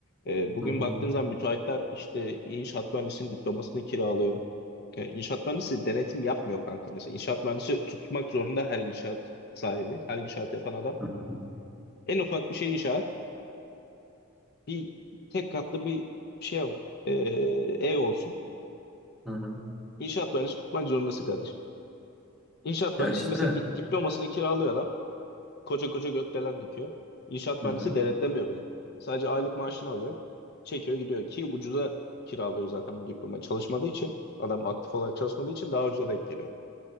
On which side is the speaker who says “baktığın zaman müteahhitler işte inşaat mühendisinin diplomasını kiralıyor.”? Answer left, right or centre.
Left